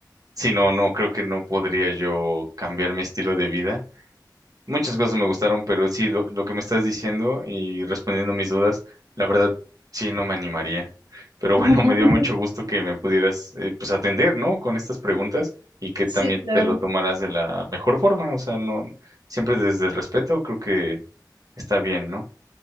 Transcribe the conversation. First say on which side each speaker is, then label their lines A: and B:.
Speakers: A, on the right; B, on the right.
A: Sí, no, no, creo que no podría yo cambiar mi estilo de vida. Muchas cosas me gustaron, pero sí, lo, lo que me estás diciendo y respondiendo mis dudas, la verdad, sí, no me animaría. Pero bueno,
B: Ujú.
A: <laughs> me dio mucho gusto que me pudieras, eh, pues, atender, ¿no? Con estas preguntas y que también
B: Sí, claro.
A: te lo tomaras de la mejor forma. O sea, no, siempre desde el respeto, creo que está bien, ¿no?